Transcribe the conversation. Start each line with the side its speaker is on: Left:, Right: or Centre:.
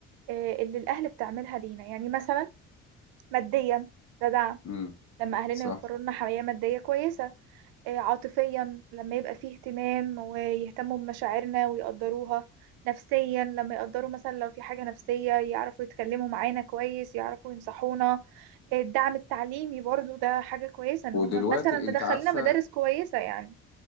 Right: آه، اللي الاهل بتعملها لينا يعني مثلا ماديا ده دعم
Left: امم
Right: لما اهلنا
Left: صح
Right: يوفروا لنا حماية مادية كويسة آه، عاطفيا لما يبقى فيه اهتمام ويهتموا بمشاعرنا ويقدروها نفسيا لما يقدروا مثلا لو في حاجة نفسية يعرفوا يتكلموا معانا كويس يعرفوا ينصحونا آه، الدعم التعليمي برضو ده حاجة كويسة ان
Left: ودلوقتي
Right: هم مثلا مدخلنا
Left: انت عارفة
Right: مدارس كويسة يعني